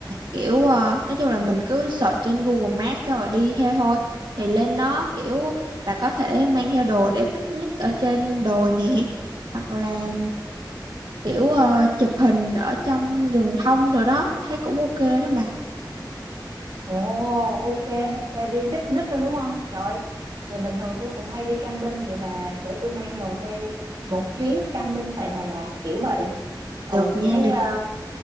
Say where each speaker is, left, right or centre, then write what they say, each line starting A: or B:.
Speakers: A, on the right; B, on the right.
A: kiểu ờ, nói chung là mình cứ search trên Google Maps xong rồi đi theo thôi thì lên nó kiểu bà có thể mang theo đồ để picnic ở trên đồi nè hoặc là kiểu ờ, chụp hình ở trong rừng thông rồi đó thấy cũng ok đó bà
B: Ồ, ok, Ê, đi picnic rồi đúng không? Trời, vậy bình thường tôi cũng hay đi camping, vậy là để tôi mang đồ theo một chuyến camping tại Đà Lạt kiểu vậy. Ừ,
A: được nha
B: thấy
A: được
B: ờ,